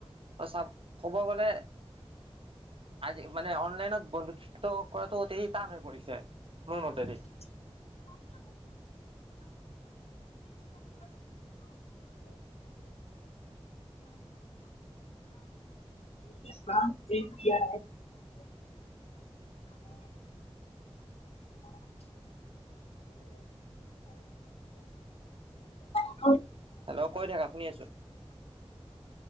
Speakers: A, on the right; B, on the left.
A: আউ চাব ক'ব গ'লে, আজি মানে অনলাইনত বন্ধুত্ব কৰাটো তেই টান হৈ পৰিছে। মোৰ ম ত
B: <unintelligible> এক পাত এক কিয়।
A: <inaudible>
B: হ!
A: হেল্ল' কৈ থাকা শুনি আছো।